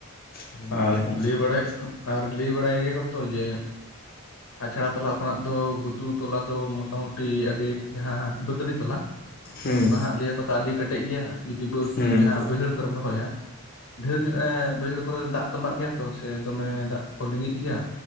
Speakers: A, on the left; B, on the left.
A: ᱦᱩᱸ
B: ᱟᱨ
A: ᱟᱞᱮ ᱦᱚᱸ ᱚᱱᱠᱟ
B: ᱞᱟᱹᱭ ᱵᱟᱲᱟᱭᱮᱫ
A: ᱜᱮ
B: ᱟᱨ ᱞᱟᱹᱭ ᱵᱟᱲᱟᱭ ᱜᱮᱭᱟ ᱠᱚᱛᱚ ᱡᱮ ᱟᱪᱷᱟᱲᱟ ᱛᱚᱞᱟ ᱠᱷᱚᱱᱟᱜ ᱫᱚ ᱜᱷᱩᱛᱩ ᱛᱚᱞᱟ ᱫᱚ ᱢᱚᱴᱟᱢᱩᱴᱤ ᱠᱩᱴᱤ ᱟᱹᱰᱤ ᱡᱟᱦᱟᱸ ᱵᱟᱹᱛᱟᱹᱲᱤ ᱛᱚᱞᱟ
A: ᱦᱩᱸ
B: ᱚᱱᱟ ᱦᱟᱸᱜ ᱞᱟᱹᱭᱟᱠᱚ ᱛᱚ ᱟᱹᱰᱤ ᱠᱮᱴᱮᱡ ᱜᱮᱭᱟ ᱡᱩᱫᱤ ᱵᱟᱹᱫᱽ
A: ᱦᱩᱸ
B: ᱡᱟᱦᱟᱸ
A: ᱦᱩᱸ
B: ᱵᱟᱹᱭᱦᱟᱹᱲ ᱠᱚᱨᱮᱢ ᱨᱚᱦᱚᱭᱟ ᱰᱷᱮᱨ ᱧᱚᱜ ᱮ ᱵᱟᱹᱭᱦᱟᱹᱲ ᱠᱚᱨᱮ ᱫᱟᱜ ᱛᱟᱢᱵᱟᱜ ᱜᱮᱭᱟ ᱛᱚ ᱥᱮ ᱫᱚᱢᱮ ᱫᱟᱜ ᱠᱚ ᱞᱤᱸᱜᱤᱜ ᱜᱮᱭᱟ